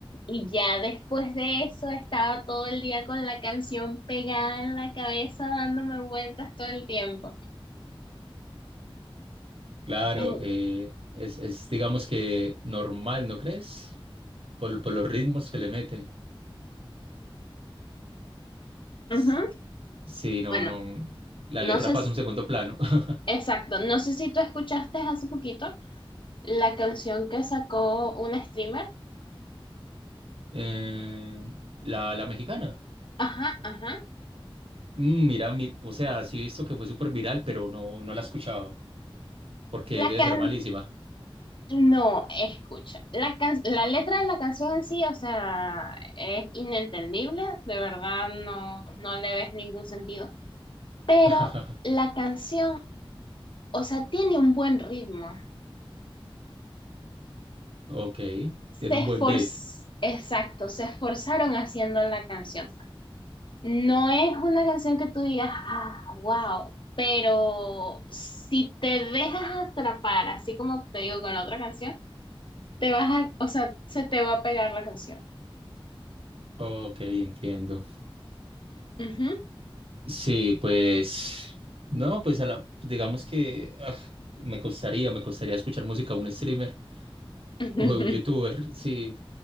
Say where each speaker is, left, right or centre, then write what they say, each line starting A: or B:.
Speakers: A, on the left; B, on the right.
A: Y ya después de eso estaba todo el día con la canción pegada en la cabeza, dándome vueltas todo el tiempo.
B: Claro,
A: En-
B: eh, es, es, digamos que normal, ¿no crees? Por, por los ritmos que le meten. S-
A: ujú,
B: Sí, no,
A: Bueno,
B: no. La
A: no
B: letra
A: sé,
B: pasa
A: s-
B: a un segundo plano. <laughs>
A: exacto, no sé si tú escuchaste hace poquito la canción que sacó una streamer.
B: Eh, la, la mexicana.
A: Ajá, ajá.
B: Mm, mira, mi- o sea, sí he visto que fue súper viral, pero no, no la he escuchado. Porque
A: La
B: debe
A: can
B: ser malísima.
A: No, escucha, la, can- la letra de la canción en sí, o sea, es inentendible, de verdad no, no le ves ningún sentido, pero
B: <laughs>
A: la canción, o sea, tiene un buen ritmo.
B: Ok,
A: Se
B: tiene un
A: esforz-
B: buen beat.
A: exacto, se esforzaron haciendo la canción. No es una canción que tú digas, ah, wow, pero si te dejas atrapar, así como te digo con la otra canción, te vas a, o sea, se te va a pegar la canción.
B: Ok, entiendo.
A: Ujú.
B: Sí, pues, no, pues a la, pues digamos que ah, me costaría, me costaría escuchar música a un streamer
A: <laughs>
B: o a un youtuber, sí,